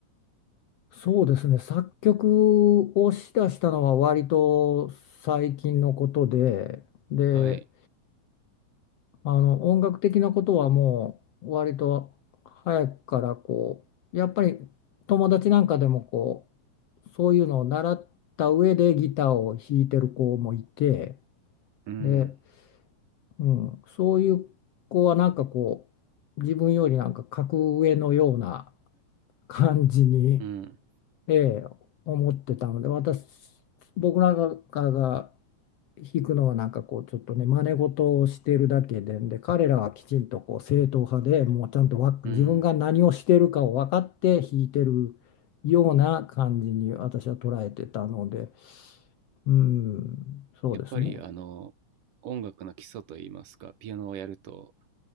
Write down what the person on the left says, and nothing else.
そうですね作曲をしだしたのは割と最近のことで、で
あの音楽的なことはもう割と早くからこうやっぱり友達なんかでもこうそういうのを習った上でギターを弾いてる子もいて
で、うん、そういう子はなんかこう自分よりなんか格上のような感じに
ええ、思ってたので、私、僕なんかが弾くのはなんかこう、ちょっとね、真似事をしてるだけで、で、彼らはきちんとこう正統派でもうちゃんとわ自分が何をしてるかを分かって弾いてるような感じに私は捉えてたので、
うん、そうですね。